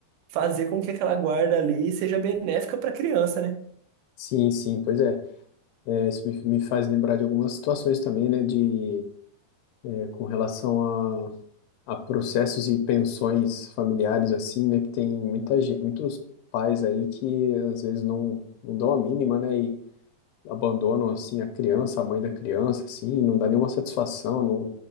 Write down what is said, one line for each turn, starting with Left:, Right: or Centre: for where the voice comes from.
Right: fazer com que aquela guarda ali seja benéfica para a criança, né?
Left: Sim, sim, pois é. É, isso me, me faz lembrar de algumas situações também, né, de, é, com relação a, a processos e pensões familiares, assim, né, que tem muita, gen- muitos pais aí que às vezes não, não dão a mínima, né, e abandonam, assim, a criança, a mãe da criança, assim, não dá nenhuma satisfação, não,